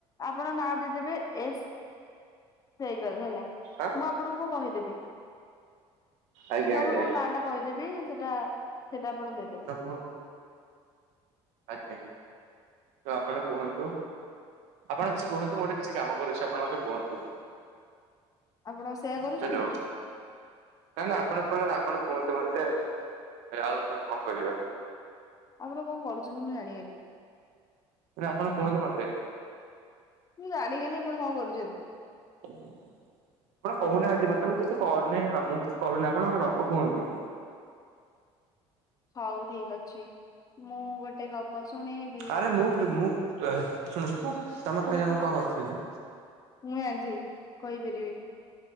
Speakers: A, on the left; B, on the right.
A: ଆପଣ ନାଁ ଦେଇଦେବେ ଏସ୍ ହେଇଗଲା ହେଲା
B: ଆଁ
A: ମୁଁ ଆପଣଙ୍କୁ କହିଦେବି।
B: ଆଜ୍ଞା
A: ମୁଁ
B: ଆଜ୍ଞା
A: ଆପଣଙ୍କ ନାଁ ଟା କହିଦେବି ସେଟା ସେଇଟା ଆପଣ ଦେଇଦେ
B: କୁହନ୍ତୁ। ଆଚ୍ଛା ତ ଆପଣ କୁହନ୍ତୁ। ଆପଣ କିଛି କୁହନ୍ତୁ ମୁଁ ଗୋଟେ କିଛି କାମ କରୁଛି ଆପଣ ମୋତେ କୁହନ୍ତୁ।
A: ଆପଣ ସେୟା କରୁଛନ୍ତି
B: ହ୍ୟାଲୋ
A: କି?
B: ନା ନା ଆପଣ କହିଲେ ନା ଆପଣ କୁହନ୍ତୁ ମୋତେ ଆଉ ଆମେ କଣ କରିବା?
A: ଆପଣ କଣ କରୁଛନ୍ତି ମୁଁ ଜାଣିଗଲି?
B: ନା ଆପଣ କୁହନ୍ତୁ ମୋତେ।
A: ମୁଁ ଜାଣିଗଲି ଆପଣ କଣ କରୁଚନ୍ତି?
B: ଆପଣ କହୁନାହାନ୍ତି ମୋତେ ମୁଁ କିସ କରୁନାହିଁ, ହଁ ମୁଁ କିଛି କରୁନି ଆପଣ ମୋତେ ଗପ କୁହନ୍ତୁ।
A: ହଉ ଠିକ ଅଛି, ମୁଁ ଗୋଟେ ଗପ ଶୁଣେଇ
B: ଆରେ ମୁଁ କି- ମୁଁ ତେ ଶୁଣଛନ୍ତି ତ, ତୋମେ କହିଲେ ମୁଁ କଣ କରୁଥୁଲି?
A: ମୁଁ ଜାଣିଚି କହିପାରିବିନି।